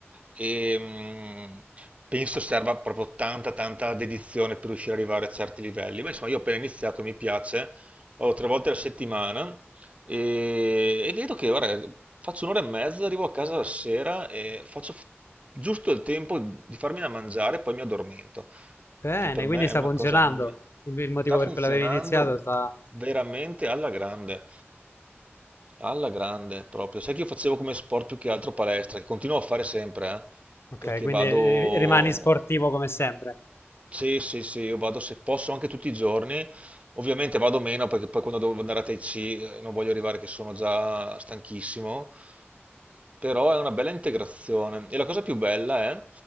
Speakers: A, on the right; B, on the left.
A: e mh, penso serva proprio tanta, tanta dedizione per riuscire ad arrivare a certi livelli. Ma insomma, io ho appena iniziato, mi piace, vado tre volte alla settimana e, e vedo che, guarda, faccio un'ora e mezza, arrivo a casa la sera e faccio f- giusto il tempo di farmi da mangiare e poi mi addormento.
B: bene,
A: Che per
B: quindi
A: me è
B: sta
A: una
B: funzionando.
A: cosa mm,
B: Il, il motivo
A: sta funzionando
B: per cui l'avevi iniziato sta...
A: veramente alla grande, alla grande proprio. Sai che io facevo come sport più che altro palestra, che continuo a fare sempre, eh,
B: Ok,
A: perché
B: quindi
A: vado.
B: eh, rimani sportivo come sempre.
A: Sì, sì, sì, io vado se posso anche tutti i giorni. Ovviamente vado meno perché poi quando devo andare a Tai Chi eh, non voglio arrivare che sono già stanchissimo, però è una bella integrazione. E la cosa più bella è